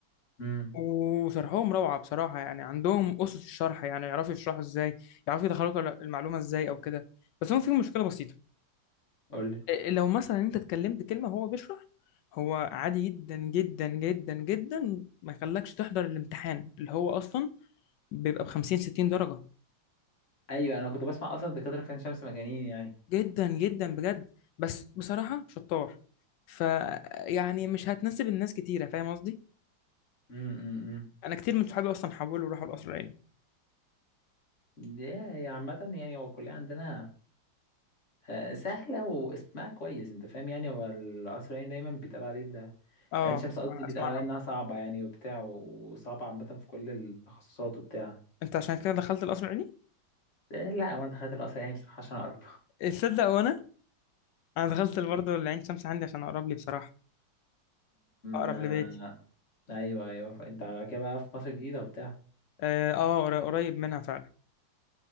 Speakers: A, on the left (about 40°); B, on the left (about 70°).
A: امم
B: وشرحهم روعه بصراحه يعني عندهم اسس الشرح يعني يعرفوا يشرحوا ازاي يعرفوا يدخلوك المعلومه ازاي او كده بس هم فيهم مشكله بسيطه
A: قول لي
B: لو مثلا انت اتكلمت كلمة هو بيشرح هو عادي جدا جدا جدا جدا ما يخلكش تحضر الامتحان اللي هو اصلا بيبقى ب 50 60 درجة
A: ايوه انا كنت بسمع اصلا الدكاتره في عين شمس مجانين يعني
B: جدا جدا بجد بس بصراحة شطار فيعني مش هتناسب الناس كتيرة فاهم قصدي؟
A: امم
B: انا كتير من صحابي اصلا حولوا وراحوا القصر العيني
A: يا يا عامه يعني هو الكليه عندنا آه، سهله واسمها كويس انت فاهم يعني هو القصر العيني دايما بيتقال عليه
B: اه
A: عين شمس قصدي
B: انا
A: بيتقال
B: اسمع
A: عليها
B: عن-
A: انها صعبة يعني وبتاع وصعبة عامة في كل التخصصات وبتاع
B: انت عشان كده دخلت القصر العيني؟
A: إيه، لا وانا دخلت القصر يعني بصراحة عشان اقرب
B: تصدق وانا انا دخلت برضه العين شمس عندي عشان اقرب لي بصراحة اقرب
A: ما
B: لبيتي
A: ايوه ايوه ف- انت على كده بقى في مصر الجديدة وبتاع
B: اه آه، قريب منها فعلا